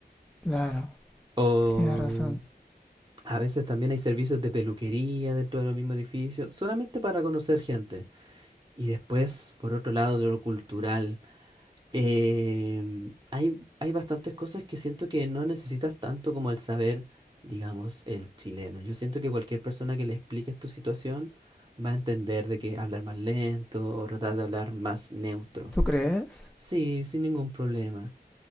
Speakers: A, in the centre; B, on the right.
A: claro,
B: O
A: tienes razón.
B: a veces también hay servicios de peluquería dentro del mismo edificio solamente para conocer gente. Y después, por otro lado, de lo cultural, em, hay, hay bastantes cosas que siento que no necesitas tanto como el saber, digamos, el chileno. Yo siento que cualquier persona que le expliques tu situación va a entender de que hablar más lento o tratar de hablar más neutro.
A: ¿Tú crees?
B: Sí, sin ningún problema.